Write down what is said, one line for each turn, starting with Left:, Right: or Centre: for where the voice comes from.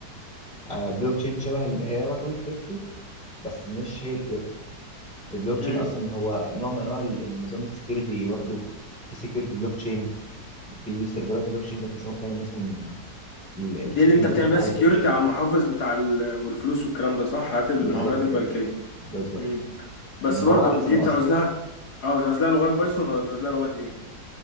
Centre: آه بلوك تشين شبه ال- هي لها علاقه بالكريبتو بس مش هي الكريبتو البلوك تشين
Left: امم
Centre: اصلا هو نوع من انواع ال- النظام السكيورتي برضه في سكيورتي بلوك تشين في سيرفرات بلوك تشين ذات نفسها ممكن تعمل مثلا ال-
Left: دي
Centre: السيستم
Left: اللي انت
Centre: بتاعك
Left: بتعمل بيها
Centre: على
Left: سكيورتي
Centre: البلوك تشين
Left: على المحافظ بتاع ال... والفلوس والكلام ده صح هات المعاملات
Centre: بالظبط
Left: البنكيه
Centre: كده بالظبط
Left: امم بس
Centre: لان هو
Left: برضو
Centre: احسن
Left: دي
Centre: واسرع
Left: بتعوز لها اه بتعوز لها لغات بايثون ولا بتعوز لها لغات ايه